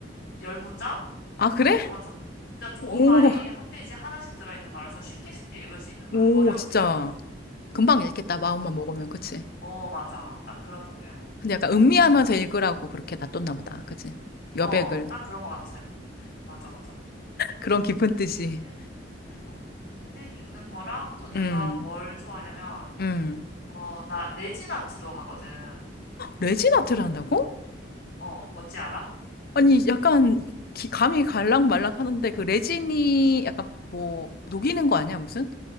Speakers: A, on the left; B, on the left.
A: 열 문장?
B: 아,
A: 그
B: 그래?
A: 정도만 적히고 진짜 좋은
B: 오,
A: 말이 한 페이지 하나씩 들어있는 거라서 쉽게 쉽게 읽을 수 있는 거야.
B: 오,
A: 어려운
B: 진짜.
A: 책 아니야.
B: 금방
A: 어,
B: 읽겠다, 마음만 먹으면. 그치?
A: 어 맞아. 딱 그런 종류야.
B: 근데 약간 음미하면서
A: 그래서 난,
B: 읽으라고 그렇게 놔뒀나 보다. 그치? 여백을.
A: 어, 딱 그런 거 같아. 맞아, 맞아.
B: 그런 깊은 뜻이.
A: 책, 어, 책 읽는 거랑 또 내가
B: 음,
A: 뭘 좋아하냐면,
B: 음.
A: 어, 나 레진 아트도 하거든.
B: 레진아트를 한다고?
A: 어, 뭔지 알아?
B: 아니, 약간 기- 감이 갈락말락 하는데 그 레진이 약간 뭐 녹이는 거 아니야, 무슨?